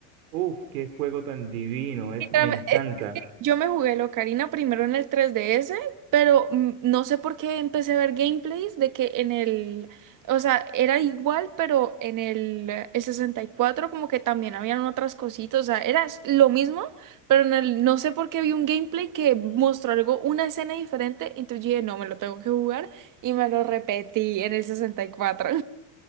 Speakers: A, on the right; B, on the right.
A: Uf, qué juego tan divino, es,
B: Literalmente.
A: me encanta.
B: Yo me jugué el Ocarina primero en el 3DS, pero mm, no sé por qué empecé a ver gameplays de que en el, o sea, era igual, pero en el, eh, el 64 como que también habían otras cositas, o sea, era s- lo mismo, pero en el, no sé por qué vi un gameplay que mostró algo, una escena diferente, entonces yo dije, no, me lo tengo que jugar y me lo repetí en el 64.